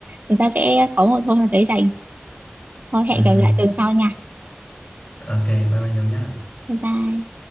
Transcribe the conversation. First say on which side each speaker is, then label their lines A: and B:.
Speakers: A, on the right; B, on the left.
A: chúng ta sẽ có một hôm nào đấy rảnh thôi hẹn
B: Ừ,
A: gặp lại tuần sau nha
B: ok, bye bye Nhung nhá.
A: bye bye